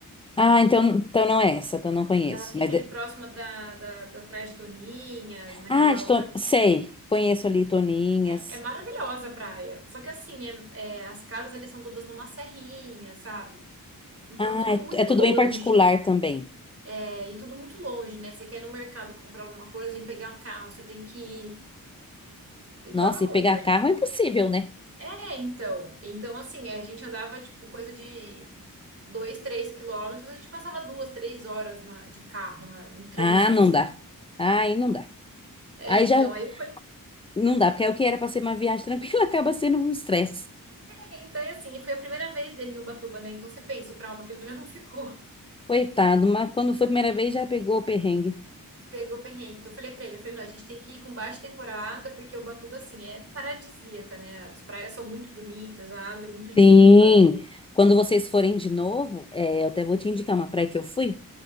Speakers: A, on the left; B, on the right.
A: Ah, então, então não é essa, então não conheço.
B: Ela fica
A: Mas de-
B: ali próxima da, da, das praias de Toninhas, naquela
A: ah, de
B: outra.
A: Ton- sei, conheço ali Toninhas.
B: É é maravilhosa a praia. Só que assim, é, é, as casas ali são todas numa serrinha, sabe? Então
A: Ah,
B: é tudo
A: é,
B: muito
A: tu- é tudo
B: longe.
A: bem particular também.
B: É, e tudo muito longe, né? Você quer ir no mercado comprar alguma coisa, você tem que pegar o carro, você tem que ir. E
A: Nossa,
B: quando.
A: e pegar
B: eu-
A: carro é impossível, né?
B: É, então. Então, assim, a gente andava, tipo, coisa de dois, três quilômetros, a gente passava duas, três horas na- de carro na- no trânsito.
A: Ah, não
B: sabe?
A: dá. Aí não dá.
B: É,
A: Aí
B: então,
A: já
B: aí foi.
A: não dá, porque é o que era pra ser uma viagem tranquila <laughs> acaba sendo um estresse.
B: é, então, e assim, foi a primeira vez dele em Ubatuba, né? Então você pensa, o trauma que ele já não <laughs> ficou.
A: Coitado, mas quando foi a primeira vez já pegou o perrengue.
B: Pegou perrengue. Então eu falei pra ele, eu falei, não, a gente tem que ir com baixa temporada, porque Ubatuba, assim, é paradisíaca, né? As praias são muito bonitas, a água é muito limpa.
A: Sim, quando vocês forem de novo, é, eu até vou te indicar uma praia que eu fui.